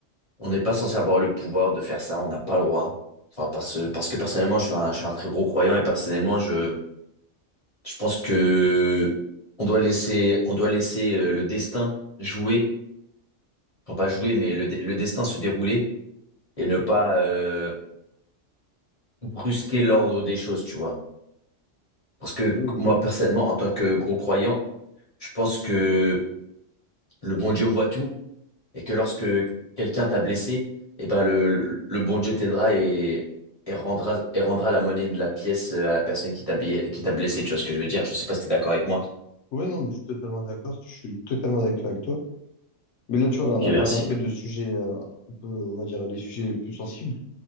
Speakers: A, on the left; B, on the left.
A: On n'est pas censé avoir le pouvoir de faire ça, on n'a pas le droit. Enfin, parce, parce que personnellement, je suis un, je suis un très gros croyant et personnellement, je, je pense que on doit laisser, on doit laisser euh, le destin jouer, enfin pas jouer, mais le, dé- le destin se dérouler et ne pas euh, brusquer l'ordre des choses, tu vois. Parce que
B: Ok,
A: moi,
B: ok.
A: personnellement, en tant que gros croyant, je pense que le bon Dieu voit tout et que lorsque quelqu'un t'a blessé, eh ben le, le, le bon Dieu t'aidera et, et rendra, et rendra la monnaie de la pièce à la personne qui t'a bia- qui t'a blessé. Tu vois ce que je veux dire? Je sais pas si t'es d'accord avec moi.
B: Ouais, non, mais je suis totalement d'accord. Je suis totalement d'accord avec toi. Mais là, tu vois, là,
A: Ok,
B: on a parlé
A: merci.
B: un peu de sujets, euh, un peu, on va dire, les sujets les plus sensibles.